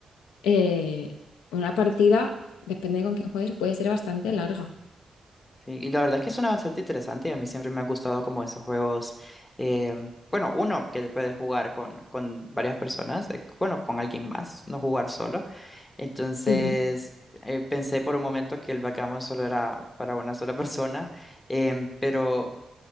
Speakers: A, on the left; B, on the left.
A: eh, una partida, depende con quién juegues, puede ser bastante larga.
B: sí, y la verdad es que suena bastante interesante y a mí siempre me ha gustado como esos juegos, eh, bueno, uno que puedes jugar con, con varias personas, eh, bueno, con alguien más, no jugar solo. Entonces,
A: Sí,
B: eh, pensé por un momento que el backgammon solo era para una sola <laughs> persona, em, pero